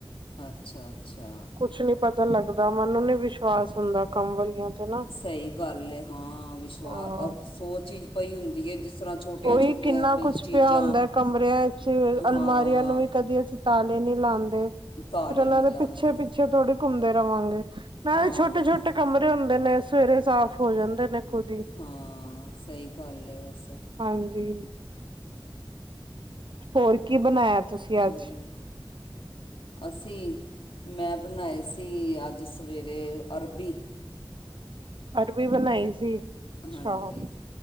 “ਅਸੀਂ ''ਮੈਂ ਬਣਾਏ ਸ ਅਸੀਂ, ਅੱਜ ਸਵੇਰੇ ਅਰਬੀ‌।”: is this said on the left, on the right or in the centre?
Left